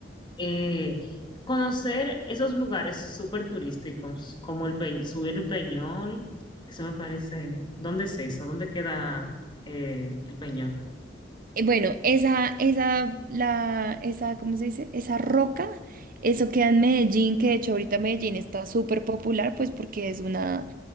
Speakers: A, on the left; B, on the right.
A: eh, conocer esos lugares súper turísticos, como el Pe- subir el Peñol, eso me parece, ¿dónde es eso? ¿Dónde queda eh, el Peñol?
B: Eh, Bueno, esa, esa, la, esa, ¿cómo se dice? Esa roca, eso queda en Medellín, que de hecho ahorita Medellín está súper popular, pues porque es una,